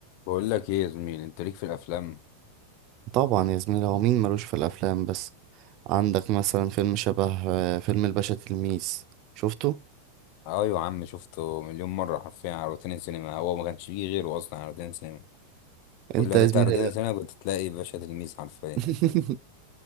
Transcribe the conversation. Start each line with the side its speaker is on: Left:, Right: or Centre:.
Left: بقول لك ايه يا زميل انت ليك في الافلام
Right: طبعا يا زميلي هو مين ملوش في الافلام بس عندك مثلا فيلم شبه آه، فيلم الباشا تلميذ شفته
Left: اه يا عم شفته مليون مره حرفيا على روتين السينما هو ما كانش فيه غيره اصلا على روتين السينما كل
Right: انت
Left: ما
Right: يا
Left: تفتح
Right: زميلي
Left: روتين السينما كنت تلاقي باشا تلميذ حرفيا
Right: <laughs>